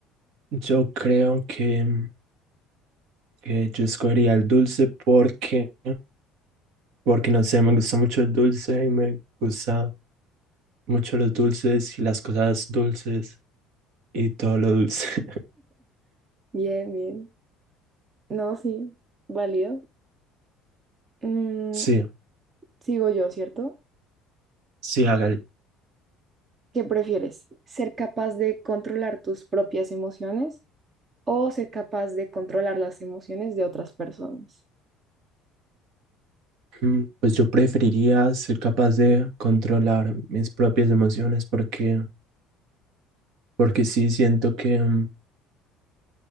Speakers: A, on the right (about 60°); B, on the right (about 30°).
A: Yo creo que, que yo escogería el dulce porque, porque no sé, me gusta mucho el dulce y me gusta mucho los dulces y las cosas dulces y todo lo dulce. <laughs>
B: Bien, bien. No, sí, válido. Mm,
A: Sí,
B: sigo yo, ¿cierto?
A: sí, hágale.
B: ¿Qué prefieres? ¿Ser capaz de controlar tus propias emociones o ser capaz de controlar las emociones de otras personas.
A: Mm, Pues yo preferiría ser capaz de controlar mis propias emociones porque, porque sí siento que,